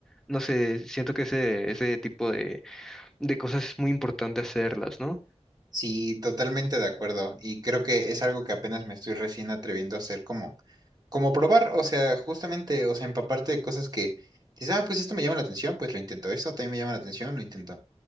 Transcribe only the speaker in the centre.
No sé, siento que ese, ese tipo de, de cosas es muy importante hacerlas, ¿no?